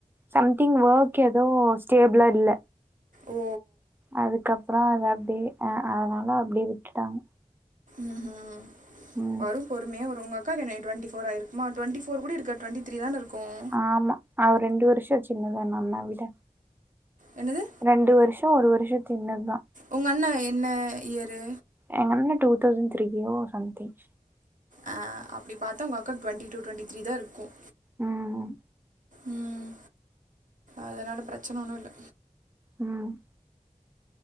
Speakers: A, on the right; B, on the right.
A: சம்திங் ஒர்க் எதோ ஸ்டேபிளா இல்ல
B: ஓ
A: அதுக்கப்பறம் அது அப்டியே அ அதனால அப்டியே விட்டுட்டாங்க
B: ம்ம்
A: ம்
B: வரும் பொறுமையா வரும் உங்க அக்காக்கு என்ன டுவெண்டி ஃபோர் ஆயிருக்குமா டுவெண்டிஃபோர் கூட இருக்காது டுவெண்டி திரி தான இருக்கும்
A: ஆமா அவ ரெண்டு வருஷம் சின்னது எங்கண்ணாவ விட
B: என்னது
A: ரெண்டு வருஷ ஒரு வருஷ சின்னதுதா
B: உங்க அண்ண என்ன இயரு
A: எங்கண்ணா டூ தௌசண்ட் த்ரீயோ சம்திங்
B: அ அப்டி பாத்தா உங்க அக்காக்கு டுவெண்டி டூ டுவெண்டி த்ரீ தா இருக்கும்
A: ம்ம்
B: ம் அதனால பிரச்சன ஒன்னு இல்ல
A: ம்